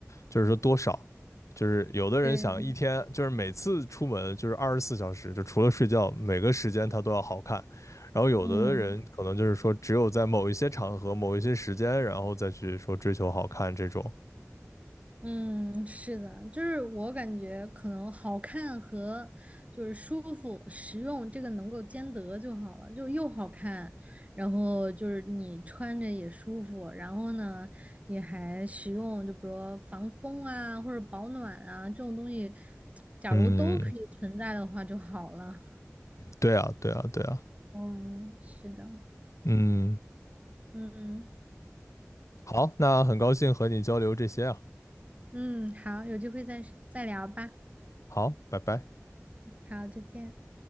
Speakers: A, on the left; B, on the right.
A: 就是说多少，就是有的人想一天，
B: 对，
A: 就是每次出门就是二十四小时，就除了睡觉，每个时间他都要好看。然后有的人可能就是说，
B: 嗯。
A: 只有在某一些场合、某一些时间，然后再去说追求好看这种。
B: 嗯，是的，就是我感觉可能好看和就是舒服、实用这个能够兼得就好了，就又好看，然后就是你穿着也舒服，然后呢也还实用，就比如说防风啊或者保暖啊这种东西，假如都可以存在的话就好了。
A: 嗯，对啊，对啊，对啊。
B: 嗯，是的，
A: 嗯，
B: 嗯
A: 好，那很高兴和你交流这些啊。
B: 嗯，好，有机会再再聊吧。
A: 好，拜拜。
B: 好，再见。